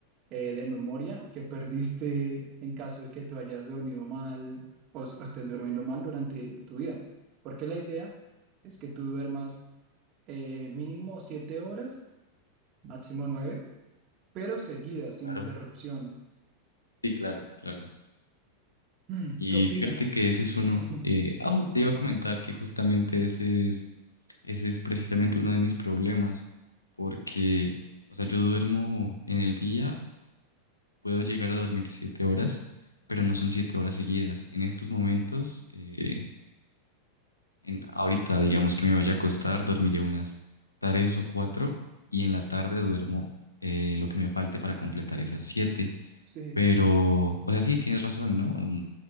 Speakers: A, on the right; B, on the left.
A: eh, de memoria que perdiste en caso de que tú hayas dormido mal o, s- o estés durmiendo mal durante tu vida. Porque la idea es que tú duermas eh, mínimo siete horas, máximo nueve, pero seguidas, sin
B: Claro.
A: interrupción. <clears throat>
B: Sí, claro, claro.
A: Mm,
B: Y
A: ¿Qué opinas?
B: fíjate que ese es uno.
A: <clears throat>
B: eh,
A: <laughs>
B: ah, oh, te iba a comentar que justamente ese es, ese es precisamente uno de mis problemas, porque, o sea, yo duermo en el día, puedo llegar a dormir siete horas, pero no son siete horas seguidas. En estos momentos, eh, en, ahorita, digamos que me vaya a acostar, dormiré unas tres o cuatro, y en la tarde duermo eh, lo que me falte para completar esas siete.
A: Sí,
B: Pero, o sea, sí, tienes razón, ¿no? Mm,